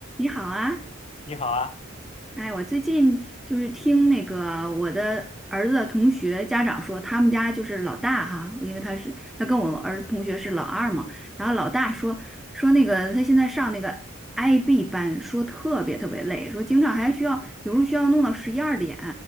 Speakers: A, in the centre; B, on the left (about 25°).
A: 你好啊，
B: 你好啊，
A: 哎，我最近就是听那个我的儿子的同学家长说，他们家就是老大哈，因为他是他跟我儿子同学是老二嘛，然后老大说说那个他现在上那个 IB 班，说特别特别累，说经常还需要有时候需要弄到十一二点。